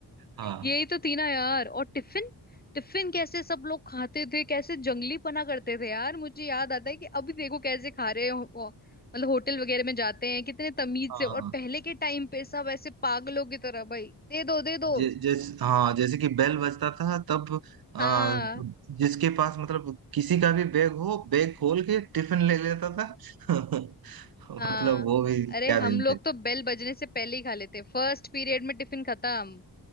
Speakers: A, on the right; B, on the left.
A: हाँ
B: यही तो थी ना यार और टिफिन टिफिन कैसे सब लोग खाते थे कैसे जंगलीपना करते थे यार मुझे याद आता है कि अभी देखो कैसे खा रहे हो हो- मतलब होटल वगैरह में जाते हैं कितने तमीज
A: हाँ
B: से और पहले के टाइम पे सब ऐसे पागलों की तरह भाई दे दो दे दो
A: जे, जैस, हाँ जैसे कि बेल बजता था तब आ,
B: हाँ
A: जिसके पास मतलब किसी का भी बैग हो बैग खोल के टिफिन ले लेता था <laughs> मतलब
B: हाँ
A: वो भी
B: अरे
A: क्या
B: हम
A: दिन
B: लोग
A: थे
B: तो बेल बजने से पहले ही खा लेते फर्स्ट पीरियड में टिफिन खत्म